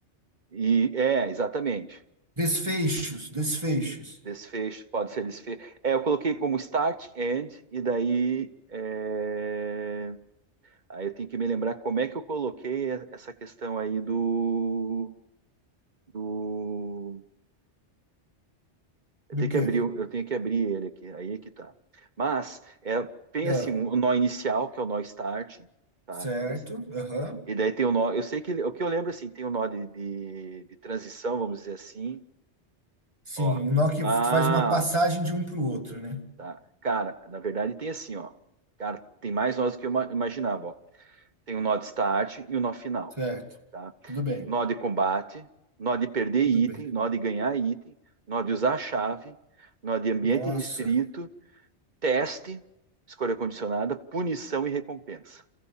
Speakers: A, on the right; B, on the right.
A: e é, exatamente.
B: Desfechos, desfechos.
A: Desfecho, pode ser desfecho. É, eu coloquei como start, end, e daí. é, Aí eu tenho que me lembrar como é que eu coloquei e- essa questão aí do, do... Eu
B: Do
A: tenho que
B: quê?
A: abrir, o- eu tenho que abrir ele aqui, aí é que tá. Mas é, tem
B: Ah.
A: assim, o nó inicial, que é o nó start, tá?
B: Certo. Aham.
A: E daí tem o nó. Eu sei que ele- o que eu lembro assim, tem o nó de, de, de transição, vamos dizer assim.
B: Sim,
A: Ó.
B: o nó que
A: Ah,
B: faz uma passagem de um para o outro, né?
A: tá. Cara, na verdade tem assim, ó. Cara, tem mais nós do que eu ima- imaginava, ó. Tem o nó de start e o nó final,
B: Certo.
A: tá?
B: Tudo bem,
A: Nó de combate, nó de perder
B: tudo
A: item,
B: bem.
A: nó de ganhar item, nó de usar a chave, nó de ambiente
B: Nossa,
A: restrito, teste, escolha condicionada, punição e recompensa.